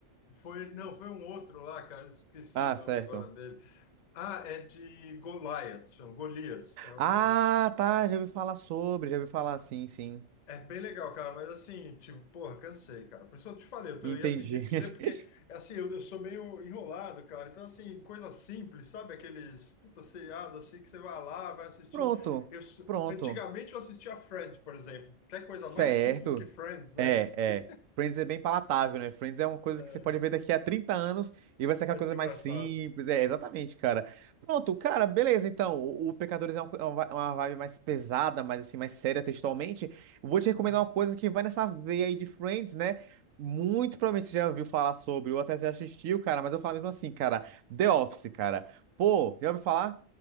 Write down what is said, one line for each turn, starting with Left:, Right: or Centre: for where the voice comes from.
Left: foi, não, foi um outro lá, cara, esqueci
Right: Ah,
Left: o nome
Right: certo.
Left: agora dele. Ah, é de Goliath, chama Golias, é o,
Right: Ah, tá, já ouvi falar sobre, já ouvi falar, sim, sim.
Left: É bem legal, cara, mas assim, tipo, porra, cansei, cara. Por isso eu te falei, eu, tô-
Right: Entendi.
Left: eu ia pedir pra você,
Right: <laughs>
Left: porque, assim, eu, eu sou meio enrolado, cara. Então, assim, coisa simples, sabe? Aqueles, puta, seriado, assim, que você vai lá, vai assistindo.
Right: Pronto,
Left: Eu, s-
Right: pronto.
Left: antigamente eu assistia Friends, por exemplo. Quer coisa
Right: Certo.
Left: mais simples que Friends, né?
Right: É, é.
Left: <laughs>
Right: Friends é bem palatável, né? Friends é uma coisa
Left: É,
Right: que você pode ver daqui a 30 anos e vai ser aquela
Left: vai
Right: coisa
Left: ser
Right: mais
Left: engraçado.
Right: simples. É, exatamente, cara. Pronto, cara, beleza. Então, o, o Pecadores é uma, co- é uma vi- uma vibe mais pesada, mais assim, mais séria textualmente. Eu Vou te recomendar
Left: Hum.
Right: uma coisa que vai nessa veia aí de Friends, né? Muito provavelmente você já ouviu falar sobre, ou até já assistiu, cara, mas eu falo mesmo assim, cara. The Office, cara. Pô, já ouviu falar?